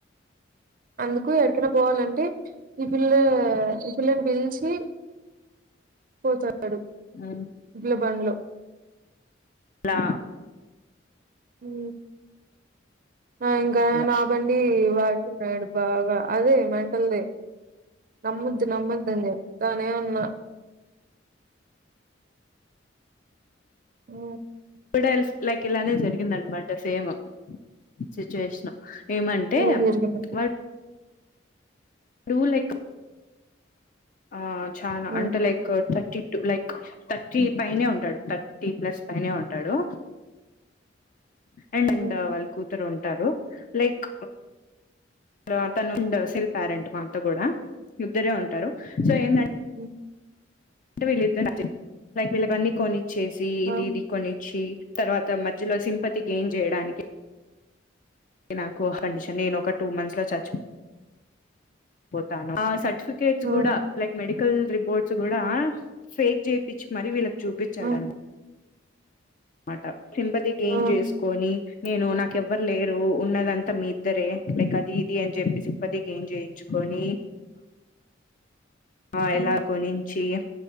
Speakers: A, on the right; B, on the left.
A: అందుకు ఎడికనా పోవాలంటే ఈ పిల్లె ఈ పిల్లని పిలిచి పోతాడు
B: ఊ
A: ఇడ్లబండ్లు
B: లా
A: ఊ ఆ ఇంకా
B: పిల్ల.
A: నా బండ్ డి వాడుతున్నాడు బాగా అదే మెంటల్ ది నమ్మద్దు నమ్మద్ అని చెప్తానే ఉన్నా ఆ
B: వుడ్ ఎల్స్ లైక్ ఇలానే జరిగింద అనమాట సేమ్ సిచ్యువేషన్ ఏమంటే
A: ఏం జరిగింది
B: వా డూ లైక్ ఆ చా
A: హ్మ్.
B: అంటే లైక్ థర్టీ లైక్ థర్టీ పైనే ఉంటాడు థర్టీ ప్లస్ పైనే ఉంటాడు అండ్
A: హ్మ్.
B: వాళ్ళు కూతురు ఉంటారు లైక్ అ తను ఉండ సిల్ ప్యారెంట్ మా అంత కూడా ఇద్దరే ఉంటారు సో ఏందంటే
A: అహ
B: అంటే వీళ్ళద్దరూ లైక్ వీళ్ళకి అన్ని కొనిచ్చేసి ఇది
A: ఆ
B: ఇది కొనిచ్చి తర్వాత మధ్యలో సింపతి గెయిన్ చేయడానికి నాకు కండిషన్ నేను ఒక టూ మంత్స్ లో చచ్చి పోతాను సర్టిఫికెట్స్
A: ఆ
B: కూడా లైక్ మెడికల్ రిపోర్ట్స్ కూడా ఫేక్ చేపిచీ మరి పెట్ చూపించడం
A: ఆ
B: అనమాట సింపతి గెయిన్
A: ఆ
B: చేసుకొని నేను నాకెవ్వరు లేరు ఉన్నదంతా మీ ఇద్దరే లైక్ అది ఇది అని చెప్పేసి సింపతీ గెయిన్ చేయించుకొని ఆ
A: హ్మ్.
B: ఎలా కొనించి